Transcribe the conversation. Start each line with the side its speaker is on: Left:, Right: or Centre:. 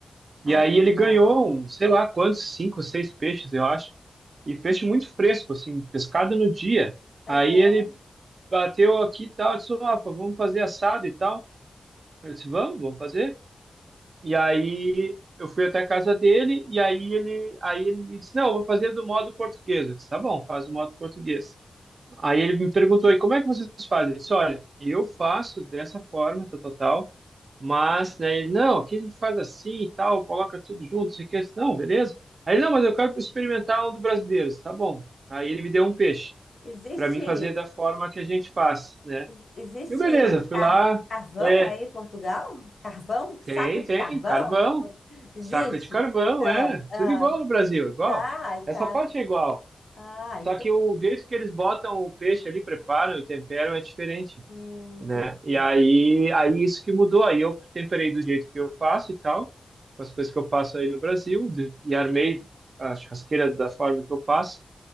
Right: E
Left: Ai,
Right: aí
Left: que legal.
Right: ele ganhou, um, sei lá quantos, cinco ou seis peixes, eu acho, e peixe muito fresco, assim, pescado no dia.
Left: Aham.
Right: Aí ele bateu aqui e tal, disse, Rafa, vamos fazer assado e tal. Eu disse, vamos, vamos fazer. E aí eu fui até a casa dele e aí ele, aí ele me disse, não, eu vou fazer do modo português. Eu disse, tá bom, faz do modo português. Aí ele me perguntou, e como é que vocês fazem? Eu disse, olha, eu faço dessa forma, tal, tal, tal, mas, né, ele, não, aqui a gente faz assim e tal, coloca tudo junto, isso aqui, eu disse, não, beleza. Aí ele, não, mas eu quero experimentar um do brasileiro. Eu disse, tá bom. Aí ele me deu um peixe
Left: Existe,
Right: para mim fazer da forma que a gente faz, né?
Left: ex- existe
Right: Eu, beleza, fui
Left: car-
Right: lá,
Left: carvão
Right: é,
Left: aí em Portugal? Carvão? Saco
Right: tem,
Left: de
Right: tem,
Left: carvão?
Right: carvão.
Left: Existe?
Right: Saco de carvão,
Left: Então,
Right: é.
Left: ah,
Right: Tudo igual no Brasil, igual.
Left: tá,
Right: Essa
Left: tá.
Right: parte é igual.
Left: Ah,
Right: Só
Left: então.
Right: que o jeito que eles botam o peixe ali, preparam e temperam é diferente,
Left: Hum,
Right: né?
Left: entendi.
Right: E aí, aí isso que mudou. Aí eu temperei do jeito que eu faço e tal, com as coisas que eu faço aí no Brasil, de- e armei a churrasqueira da forma que eu faço.